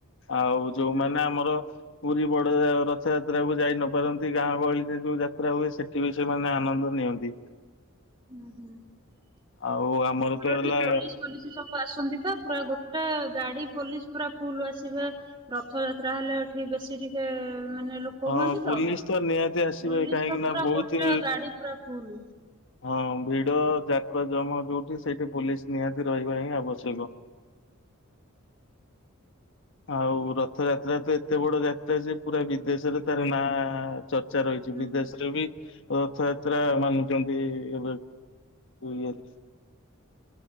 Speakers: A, on the left; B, on the right.
A: ଆଉ ଯୋଉମାନେ
B: ହୁଁ।
A: ଆମର ପୁରୀ ବଡ ରଥଯାତ୍ରାକୁ ଯାଇ ନପାରନ୍ତି ଗାଁ ଗହଳିରେ ଯୋଉ ଯାତ୍ରା ହୁଏ ସେଠି ବି ସେମାନେ ଆନନ୍ଦ ନିଅନ୍ତି।
B: ହୁଁ ହୁଁ।
A: ଆଉ ଆମର ତ ହେଲା
B: ଏଠି ପୋଲିସ ଫୋଲିସ ସବୁ ଆସନ୍ତି ପା ପୁରା ଗୋଟେ ଗାଡି ପୋଲିସ ପୁରା ଫୁଲ ଆସିବେ ରଥଯାତ୍ରା ହେଲେ ଏଠି ବେଶୀ ଟିକେ ମାନେ ଲୋକ
A: ହଁ
B: ହୁଅନ୍ତି ତ
A: ପୋଲିସ ନିହାତି ଆସିବେ
B: ପୋଲିସ
A: କାହିଁକି
B: ଟା
A: ନା
B: ପୁରା
A: ବହୁତ
B: ଗୋଟେ ଗାଡି ପୁରା ଫୁଲ।
A: ହଁ ଭିଡ ଯାକ ଜମା ଯୋଉଠି ସେଇଠି ପୋଲିସ ନିହାତି ରହିବା ହିଁ ଆବଶ୍ୟକ ।ଆଉ ରଥ ଯାତ୍ରା ତ ଏତେ ବଡ ଯାତ୍ରା ଯେ ପୁରା ଦେଶରେ ତାର ନାଁ ଚର୍ଚ୍ଚା ରହିଛି
B: ହୁଁ
A: ବିଦେଶରେ
B: ହୁଁ।
A: ବି ରଥ ଯାତ୍ରା ମାନୁଛନ୍ତି ଏବେବି